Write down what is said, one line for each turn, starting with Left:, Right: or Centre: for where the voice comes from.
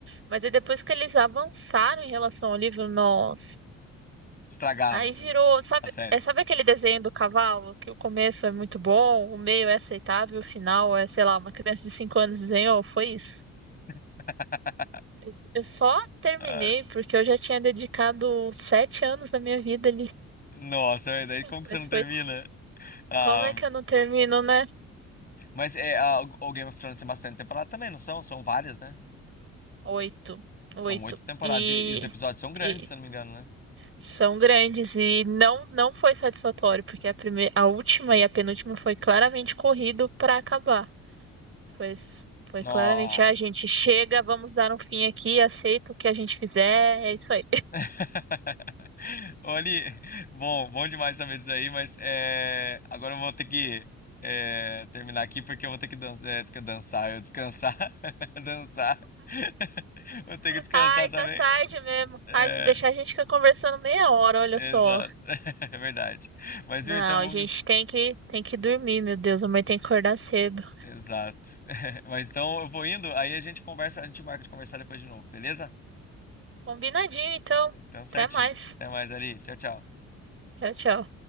Right: Mas aí depois que eles avançaram em relação ao livro, nossa,
Left: Estragaram
Right: aí
Left: o filme,
Right: virou, sabe,
Left: a sério.
Right: é, sabe aquele desenho do cavalo, que o começo é muito bom, o meio é aceitável, o final é, sei lá, uma criança de 5 anos desenhou, foi isso.
Left: <laughs>
Right: Eu eu só terminei
Left: Ah,
Right: porque eu já tinha dedicado sete anos da minha vida
Left: Nossa, e daí como que
Right: Mas
Left: você não termina?
Right: foi.
Left: Ah,
Right: Como é que eu não termino, né?
Left: mas é, ah, o o Game of Thrones tem bastante temporada também, não são? São várias, né?
Right: Oito. Oito.
Left: São oito temporadas
Right: E,
Left: e, e os episódios são grandes,
Right: e
Left: se eu não me engano, né?
Right: são grandes. E não, não foi satisfatório, porque a primeira, a última e a penúltima foi claramente corrido para acabar. Foi, foi
Left: Nossa.
Right: claramente, a gente chega, vamos dar um fim aqui, aceita o que a gente fizer, é isso aí.
Left: <laughs> Oli, bom, bom demais saber disso aí, mas é, agora eu vou ter que é, terminar aqui porque eu vou ter que dan- é, desca- dançar, eu descansar, <laughs> dançar. <laughs> Vou ter
Right: <laughs>
Left: que descansar
Right: Ai,
Left: também.
Right: tá tarde mesmo.
Left: É,
Right: Ai, se deixar a gente fica conversando meia hora, olha
Left: exato,
Right: só.
Left: <laughs> é verdade. Mas
Right: Não,
Left: viu, então vamos.
Right: a gente tem que, tem que dormir, meu Deus, amanhã tem que acordar cedo.
Left: Exato. <laughs> Mas então eu vou indo, aí a gente conversa, a gente marca de conversar depois de novo, beleza?
Right: Combinadinho, então.
Left: Então certinho.
Right: Até mais.
Left: Até mais ali. Tchau, tchau.
Right: Tchau, tchau.